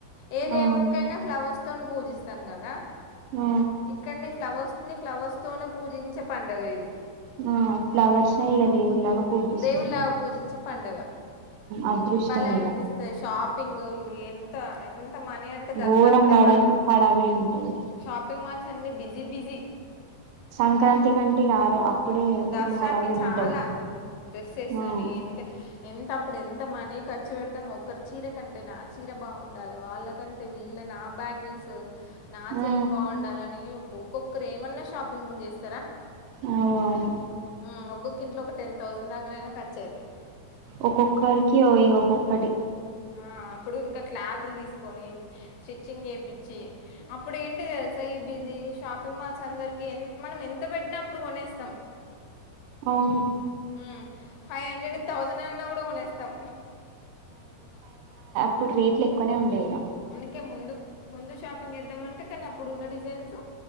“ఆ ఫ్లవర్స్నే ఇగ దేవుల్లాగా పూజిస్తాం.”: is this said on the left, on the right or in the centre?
Right